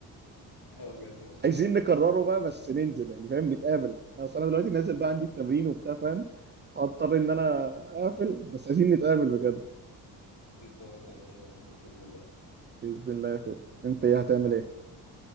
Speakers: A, on the left; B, on the right.
A: <laughs> اه بجد ما شاء
B: عايزين
A: الله
B: نكرره بقى بس ننزل يعني فاهم نتقابل اصل انا دلوقتي نازل بقى عندي التمرين وبتاع فاهم هضطر ان انا اقفل بس عايزين نتقابل بجد
A: ان شاء الله نتقابل باذن الله
B: بإذن الله يا اخويا انت ايه هتعمل ايه؟